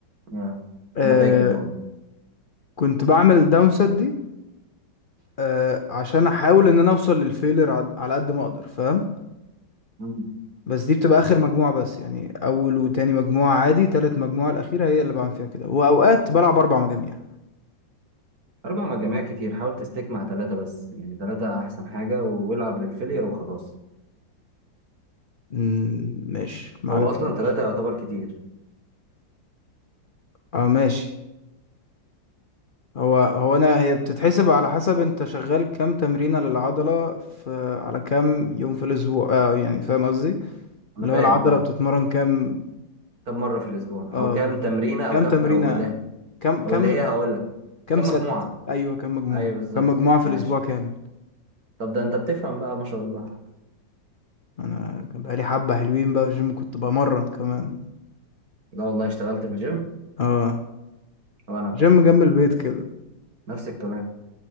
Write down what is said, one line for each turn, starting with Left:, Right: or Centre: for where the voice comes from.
Right: آه.
Left: آه،
Right: انا فاكر ماما
Left: كنت بعمل داون سات دي آه عشان احاول ان انا اوصل للفيلر عد- على قد ما اقدر فاهم
Right: مم.
Left: بس دي بتبقى اخر مجموعة بس يعني اول وتاني مجموعة عادي تالت مجموعة الاخيرة هي اللي بعمل فيها كده واوقات بلعب اربع مجاميع
Right: اربع مجاميع كتير حاول تستيك مع ثلاثه بس يعني ثلاثه احسن حاجه والعب للفيلير وخلاص
Left: مم، ماشي معلم
Right: هو اصلا ثلاثه يعتبر كتير
Left: اه ماشي هو هو انا هي بتتحسب على حسب انت شغال كام تمرينة للعضلة في على كام يوم في الاسبوع اه يعني فاهم قصدي
Right: انا
Left: اللي
Right: فاهم
Left: هو العضلة
Right: فاهم
Left: بتتمرن كام
Right: كم مره في الاسبوع
Left: اه
Right: او كم
Left: بالظبط
Right: تمرينه او
Left: كام
Right: كم
Left: تمرينة
Right: او اللي
Left: كام
Right: او
Left: كام
Right: اللي هي هقول لك
Left: كام
Right: كم
Left: ست
Right: مجموعه
Left: ايوه كام مجموعة
Right: ايوه بالظبط
Left: كام مجموعة في
Right: عاش
Left: الاسبوع كامل
Right: طب ده انت بتفهم بقى ما شاء الله
Left: انا كان بقالي حبة حلوين بقى في الجيم كنت بمرن كمان
Right: لا والله اشتغلت في الجيم
Left: اه
Right: وانا كمان
Left: جيم جنب البيت كده
Right: نفس الكلام